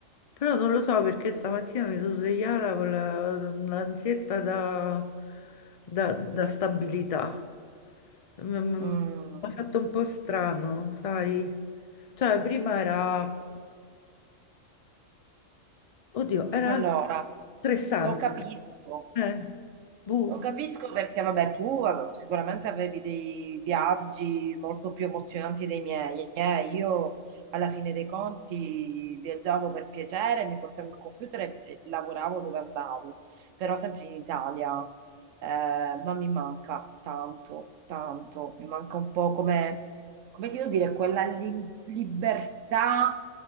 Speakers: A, on the left; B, on the right.
A: Però non lo so perché stamattina mi sono svegliata con la- l'ansietta da, da- da stabilità. Mi mi-
B: Mm,
A: mi ha fatto un po' strano, sai? Cioè prima era... Oddio, era
B: allora,
A: stressante.
B: lo capisco.
A: Eh, buh,
B: Lo capisco perché, vabbè, tu eh, sicuramente avevi dei viaggi molto più emozionanti dei miei. eh. Io, alla fine dei conti, viaggiavo per piacere, mi portavo il computer e e lavoravo dove andavo, però sempre in Italia. Eh, ma mi manca tanto, tanto. Mi manca un po' come, come ti devo dire, quella li- libertà